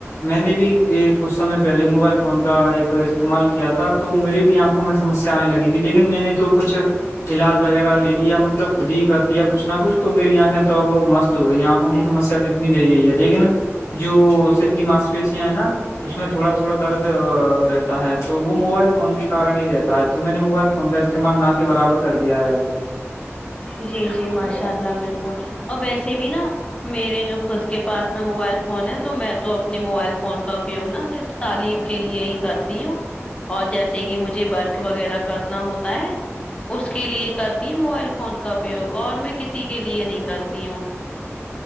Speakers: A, on the left; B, on the left.
A: میں نے بھی یہ کچھ سمے پہلے موبائل فون کا ایک استعمال کیا تھا تو میرے بھی یہاں میں سمسیا آنے لگی تھی لیکن میں نے تو کچھ علاج وغیرہ لیا مب مطلب خود ہی کر دیا کچھ نہ کچھ تو میری آنکھیں تو وہ مست ہو گئی آنکھوں کی سمسیا تو تنی رہ رہ ہے لیکن جو سر کی ماس پی نا اس میں تھوڑا تھوڑا درد رہتا ہے تو وہ موبائل فون کے کن ہی رہتا تو میں نے موبائل فون کا استعمال نہ کے برابر کر دیا ہے
B: جی جی ماشاء اللہ بالکل اور ویسے بھی نا میرے جو خ کے پس میں موبائل فون ہے تو میں تو اپنے موبائل فون کا اپیوگ نا صرف تعلیم کے لیے ہی کرتی ہوں اور جیسے کہ مجھے بورک وغیرہ کرنا ہوتا ہے اس کے لیے کرتی ہ موائل فون کا اپیوگ اور میں کسی کے لیے نہیں کرتی ہوں